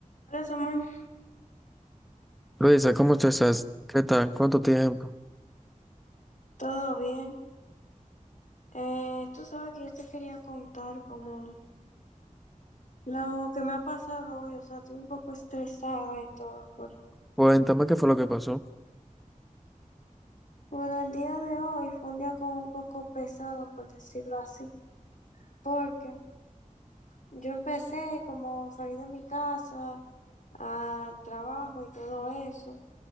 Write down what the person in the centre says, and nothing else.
Luisa, ¿cómo te estás? ¿Qué tal? ¿Cuánto tiempo?
Cuéntame qué fue lo que pasó.